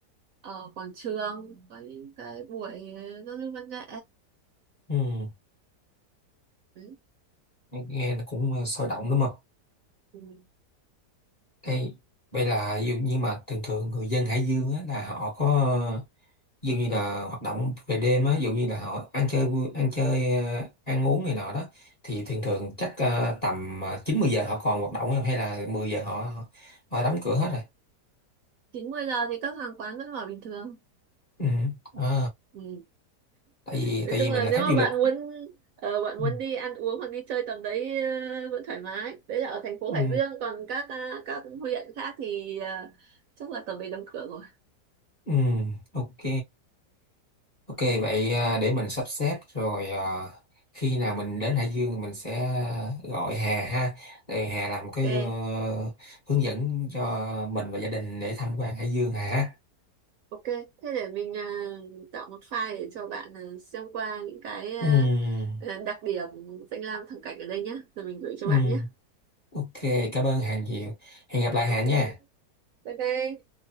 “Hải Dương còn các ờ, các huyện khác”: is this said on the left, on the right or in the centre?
Right